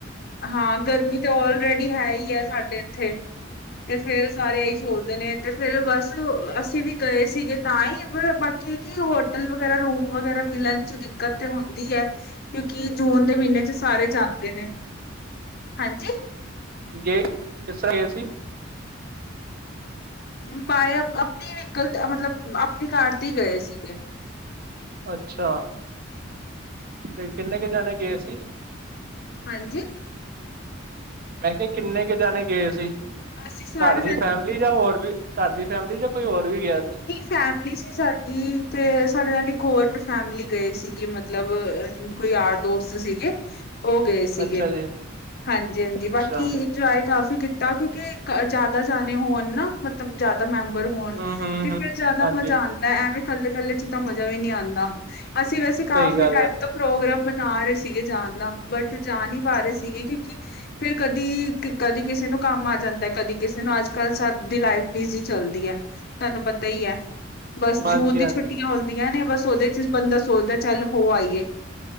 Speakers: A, on the left (about 50°); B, on the right (about 50°).
A: ਹਾਂ ਗਰਮੀ ਤੇ ਆਲਰੈਡੀ ਹੈ ਈ ਏ ਸਾਡੇ ਇੱਥੇ ਤੇ ਫੇਰ ਸਾਰੇ ਏਹੀ ਸੋਚਦੇ ਨੇ ਤੇ ਫੇਰ ਬਸ ਅਸੀਂ ਵੀ ਗਏ ਸੀਗੇ ਤਾਂ ਈ ਪਰ ਬਾਕੀ ਕਿ ਹੋਟਲ ਵਗੈਰਾ, ਰੂਮ ਵਗੈਰਾ ਮਿਲਣ ਚ ਦਿੱਕਤ ਤੇ ਹੁੰਦੀ ਏ ਕਿਉਂਕਿ ਜੂਨ ਦੇ ਮਹੀਨੇ ਚ ਸਾਰੇ ਜਾਂਦੇ ਨੇ। ਹਾਂਜੀ।
B: ਗੇ ਕਿਸ ਤਰ੍ਹਾਂ ਗਏ ਸੀ।
A: ਬਾਏ ਅਪ-ਅਪਨੀ ਵਿਕਲ ਤੇ ਅ ਮਤਲਬ ਆਪਣੀ ਕਾਰ ਤੇ ਈ ਗਏ ਸੀਗੇ।
B: ਅੱਛਾ ਤੇ ਕਿੰਨੇ ਕ ਜਾਣੇ ਗਏ ਸੀਂ।
A: ਹਾਂਜੀ
B: ਮੈਂ ਕਿਯਾ ਕਿੰਨੇ ਕ ਜਾਨੇ ਗਏ ਸੀ
A: ਅਸੀਂ ਸਾਰੇ
B: ਘਰ ਦੀ
A: ਜਣੇ
B: ਫੈਮਿਲੀ ਜਾਂ ਹੋਰ ਘਰ ਦੀ ਫੈਮਿਲੀ ਜਾਂ ਕੋਈ ਹੋਰ ਵੀ ਗਿਆ ਸੀ
A: ਫੈਮਿਲੀ ਸੀ ਸਾਡੀ ਤੇ ਸਾਡੇ ਨਾਲ ਇੱਕ ਹੋਰ ਫੈਮਿਲੀ ਗਏ ਸੀਗੀ ਮਤਲਬ ਅ ਅ ਕੋਈ ਯਾਰ ਦੋਸਤ ਸੀਗੇ ਔ ਗਏ ਸੀਗੇ।
B: ਅੱਛਾ ਜੀ
A: ਹਾਂਜੀ -ਹਾਂਜੀ
B: ਅੱਛਾ
A: ਬਾਕੀ ਟਰਾਇ ਕਾਫ਼ੀ ਕੀਤਾ ਕਿਉਂਕਿ ਅ ਜ਼ਿਆਦਾ ਜਾਨੇ ਹੋਣ ਨਾ ਮਤਲਬ ਤਾ ਮੈਂਬਰ ਹੋਣ
B: ਹੂੰ ਹੂੰ
A: ਤੇ ਫੇਰ
B: ਹੂੰ
A: ਜਾਦਾ
B: ਹਾਂਜੀ
A: ਮਜ਼ਾ ਆਦਾ ਐਵੇਂ ਕੱਲੇ- ਕੱਲੇ ਚ ਤਾਂ ਮਜ਼ਾ ਵੀ ਨੀ ਆਂਦਾ ਅਸੀਂ ਵੈਸੇ
B: ਸਹੀ
A: ਕਾਫ਼ੀ
B: ਗੱਲ
A: ਟਾਈਮ
B: ਹੈ।
A: ਤੋਂ ਪ੍ਰੋਗਰਾਮ ਮਨਾ ਰਹੇ ਸੀਗੇ ਜਾਣ ਦਾ ਬਟ ਜਾ ਨੀ ਪਾ ਰੇ ਸੀ ਸੀਗੇ ਕਿਉਂਕਿ ਫੇਰ ਕਦੀ ਕਦੀ ਕਿਸੇ ਨੂੰ ਕੰਮ ਆ ਜਾਂਦਾ ਕਦੀ ਕਿਸੇ ਨੂੰ ਅੱਜ ਕੱਲ੍ਹ ਸਭ ਦੀ ਲਾਈਫ ਬਿਜ਼ੀ ਚੱਲਦੀ ਐ ਤਾਨੂੰ ਪਤਾ ਈ ਐ ਬਸ
B: ਹਾਂਜੀ
A: ਜੂਨ ਦੀ
B: ਹਾਂਜੀ
A: ਛੁੱਟੀਆਂ ਹੋਨ ਟੀ ਆਂ ਨੇ ਬਸ ਔਹਦੇ ਚ ਬੰਦਾ ਸੋਚਦਾ ਚੱਲ ਹੋ ਆਈਏ